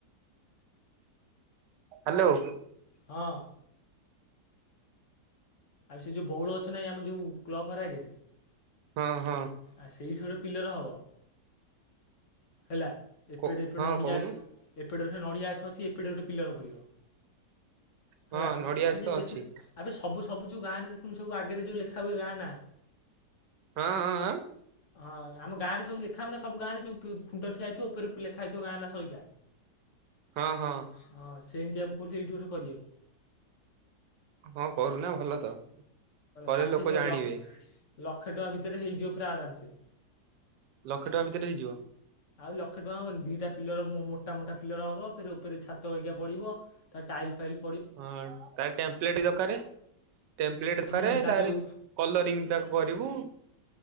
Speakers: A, on the right; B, on the left.
A: ହାଲୋ।
B: ହଁ। ଆବେ ସେ ଯଉ ବଉଳ ଗଛ ନାଇ, ଆମ ଯଉ କ୍ଲବ ଘର ଆଗରେ
A: ହଁ ହଁ।
B: ଆ ସେଇଠି ଗୋଟେ ପିଲର ହବ, ହେଲା। ଏପେଟ
A: କ
B: ଏପଟେ
A: ହଁ
B: ନଡ଼ିଆ
A: କହୁନୁ
B: ଗଛ ଏପଟେ ନଡ଼ିଆ ଗଛ ଅଛ ସେ ଏପଟ ଗୋଟେ ପିଲର କରିବ, ହେଲା
A: ହଁ ନଡିଆ
B: ଆବେ
A: ଅଛି
B: ସେ
A: ତ
B: ଦେଖିବୁ
A: ଅଛି
B: ଆବେ ସବୁ ସବୁ ଯଉ ଗାଁରେ ଦେଖୁନୁ, ସବୁ ଆଗରେ ଯଉ ଲେଖା ହୁଏ ଗାଁ ନା
A: ହଁ ହଁଁ, ଆଁ
B: ହଁ, ଆମ ଗାଁରେ ସବୁ ଲେଖା ହବନା ସବୁ ଗାଁ ରେ ଯଉ ଖୁଣ୍ଟ ଠିଆହେଇଥିବ, ଉପରେ ଉପ ଲେଖା ହେଇଥିବ ଗାଁ ନା ସହିତା <inaudible>
A: ହଁ ହଁ।
B: ହଁ ସେଁତିଆ, ମୁ କହୁଥିଲି ଏଇଠି ଗୋଟେ କରିବାକୁ।
A: ହଁ କରୁନା ଭଲ ତ କରେ
B: ଷାଠିଏ
A: ଲୋକ
B: ଶହେ
A: ଜାଣିବେ।
B: ଲକ୍ଷ ଲକ୍ଷେ ଟଙ୍କା ଭିତରେ ହେଇଯିବ ପୁରା ଆରାମସେ।
A: ଲକ୍ଷ ଟଙ୍କା ଭିତରେ ହେଇଯିବ।
B: ଆଉ ଲକ୍ଷେ ଟଙ୍କା ହବନି ଦିଟା ପିଲର ମୋଟା ମୋଟା ପିଲର ହବ ଫେରେ ଉପରେ ଛାତ ବଗିଆ ପଡିବ। ତା ଟାଇଲି ଫାଇଲି
A: ହଁ ତା ଟେମ୍ପ୍ଲଟେ ଦରକାରେ। ଟେମ୍ପ୍ଲେଟ
B: ହୁଁ
A: କରେ
B: ତା
A: ତାର
B: ଯୋଉ
A: କଲରିଂ ତାକୁ କରିବୁ।